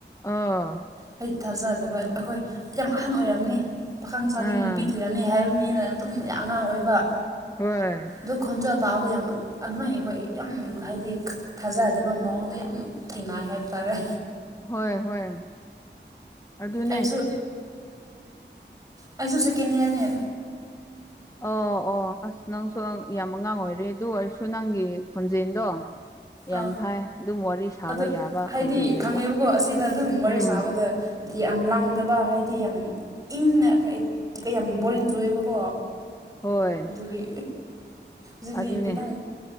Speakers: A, on the left; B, on the right.
A: ꯑꯥ
B: ꯍꯥꯏꯗꯤ ꯊꯥꯖꯗꯕ ꯑꯩꯈꯣꯏ ꯌꯥꯝ ꯑꯍꯟ ꯑꯣꯏꯔꯝꯅꯤ ꯄꯥꯈꯥꯡꯁꯥꯗꯒꯤ
A: ꯑꯥ
B: ꯅꯨꯄꯤ ꯊꯤꯔꯝꯃꯦ ꯍꯥꯏꯕ ꯃꯤꯅ ꯑꯗꯨꯝ ꯌꯥꯝ ꯑꯉꯥꯡ ꯑꯣꯏꯕ
A: ꯍꯣꯏ
B: ꯗꯨ ꯈꯖ ꯇꯥꯕ ꯌꯥꯝ ꯑꯗꯨꯃꯥꯏ ꯍꯣꯏ ꯌꯥꯝ ꯍꯥꯏꯗꯤ ꯊꯥꯖꯗꯕ ꯃꯑꯣꯡꯗ ꯌꯥꯝ ꯊꯦꯡꯅꯏ ꯍꯥꯏꯕ ꯇꯥꯔꯦ
A: ꯍꯣꯏ ꯍꯣꯏ ꯑꯗꯨꯅꯦ
B: ꯑꯩꯁꯨ ꯑꯩꯁꯨ ꯁꯦꯀꯦꯟ ꯏꯌꯥꯔꯅꯦ
A: ꯑꯣ ꯑꯣ ꯑꯁ ꯅꯪꯁꯨ ꯌꯥꯝ ꯑꯉꯥꯡ ꯑꯣꯏꯔꯦ ꯑꯗꯨ ꯑꯣꯏꯔꯁꯨ ꯅꯪꯒꯤ ꯈꯣꯟꯖꯦꯜꯗꯣ ꯌꯥꯝ
B: ꯑꯥ
A: ꯐꯩ ꯑꯗꯨꯝ ꯋꯥꯔꯤ ꯁꯥꯕ
B: ꯑꯗ
A: ꯌꯥꯕ
B: ꯍꯥꯏꯗꯤ
A: ꯈꯣꯟꯖꯦꯜ ꯂꯩꯕ
B: ꯈꯪꯉꯦꯕꯀꯣ ꯑꯁꯤꯗ ꯑꯗꯨꯝ ꯋꯥꯔꯤꯦ
A: ꯎꯝ
B: ꯁꯥꯕꯗ ꯌꯥꯝ ꯂꯪꯗꯕ ꯍꯥꯏꯗꯤ ꯌꯥꯝ ꯏꯪꯅ ꯌꯥꯝ ꯕꯣꯔꯤꯡ ꯇꯑꯦꯕꯀꯣ
A: ꯍꯣꯏ
B: ꯑꯗꯨꯒꯤ ꯍꯧꯖꯤꯛꯇꯤ
A: ꯑꯗꯨꯅꯦ
B: ꯈꯤꯇꯪ